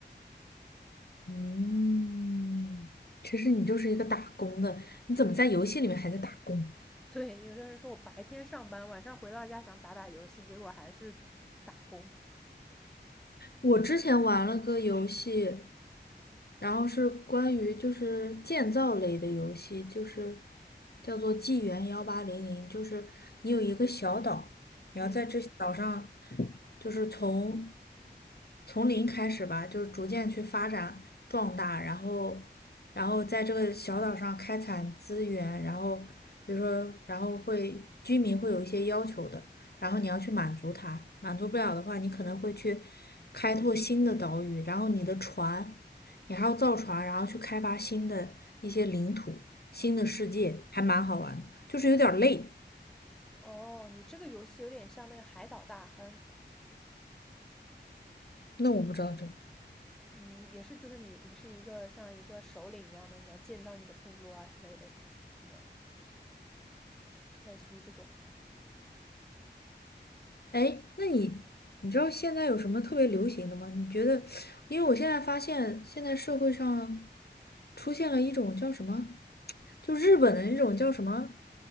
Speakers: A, on the left; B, in the centre.
A: 嗯，其实你就是一个打工的，你怎么在游戏里面还在打工？
B: 对，有的人说我白天上班，晚上回到家想打打游戏，结果还是打工。
A: 我之前玩了个游戏，然后是关于就是建造类的游戏，就是叫做《纪元幺八零零》，就是你有一个小岛，你要在这岛上，
B: 嗯。
A: 就是从从零开始吧，就是逐渐去发展壮大，然后然后在这个小岛上开采资源，然后比如说，然后会居民会有一些要求的。然后你要去满足它，满足不了的话，你可能会去开拓新的岛屿，然后你的船，你还要造船，然后去开发新的一些领土、新的世界，还蛮好玩的，就是有点儿累。
B: 哦，你这个游戏有点像那个海岛大亨，
A: 那我不知道这个。
B: 嗯，也是，就是你你是一个像一个首领一样的，你要建造你的部落啊之类的，什么类似于这种的
A: 哎，那你你知道现在有什么特别流行的吗？你觉得，因为我现在发现现在社会上出现了一种叫什么，就日本的那种叫什么，